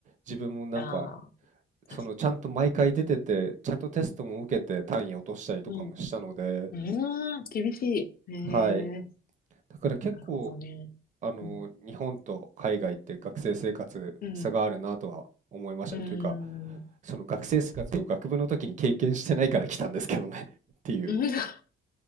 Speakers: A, on the right; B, on the left.
A: 自分もなんか
B: ああ、
A: そのちゃんと毎回出てて、
B: 確かに。うん。
A: ちゃんとテストも受けて単位落としたりとかもしたので、
B: うん。うーん、厳しい。ね
A: はい。だから結構、
B: え。なるほどね。
A: あの、
B: うん。
A: 日本と海外って学生生活差があるなとは思いましたね。
B: うん。うーん。
A: というか、
B: うん
A: その学生生活を学部の時に経験してないから来たんですけどね <laughs> っていう。
B: <laughs>